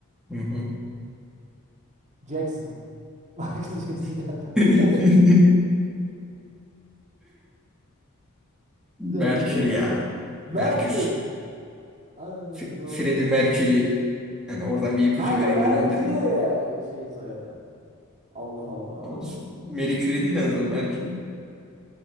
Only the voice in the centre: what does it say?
Hı hı.
<laughs> Merkür
ya.
Merkür.
F
Freddie
Mercury. Yani oradan bir ipucu
vereyim
dedim de.
Olsun. Marie Curie değil en azından Mercury.